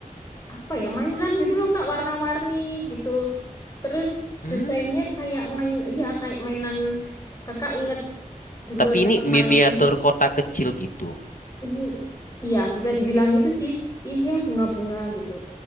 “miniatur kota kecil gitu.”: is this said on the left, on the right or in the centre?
Left